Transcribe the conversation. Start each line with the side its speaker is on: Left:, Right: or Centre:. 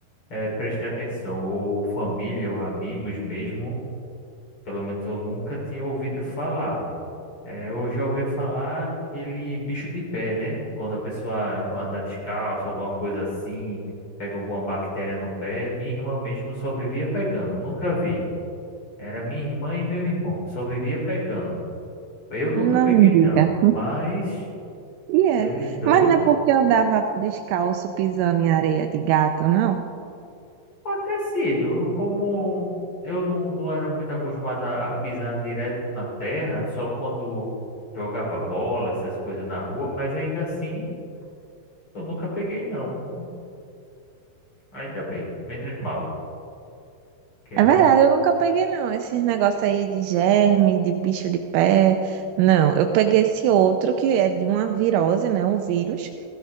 Left: eh, prestei atenção. Ou família, ou amigos mesmo, pelo menos eu nunca tinha ouvido falar. É, eu já ouvi falar aquele bicho de pé, né? Quando a pessoa anda descalço, alguma coisa assim, pega alguma bactéria no pé. Minha irmã mesmo só vivia pegando, nunca vi. Era minha irmã e meu irmão, só vivia pegando. Eu nunca
Right: Não
Left: peguei,
Right: me diga.
Left: não, mas
Right: <laughs> E é.
Left: eles dois.
Right: Mas não é porque eu andava descalço pisando em areia de gato, não?
Left: Pode ter sido, como eu não, não era muito acostumado a a pisar direto na terra, só quando jogava bola, essas coisas na rua, mas ainda assim eu nunca peguei, não. Ainda bem, menos mal. Que
Right: É
Left: era
Right: verdade,
Left: um...
Right: eu nunca peguei, não, esses negócios aí de germe, de bicho de pé. Não, eu peguei esse outro que é de uma virose, né? Um vírus.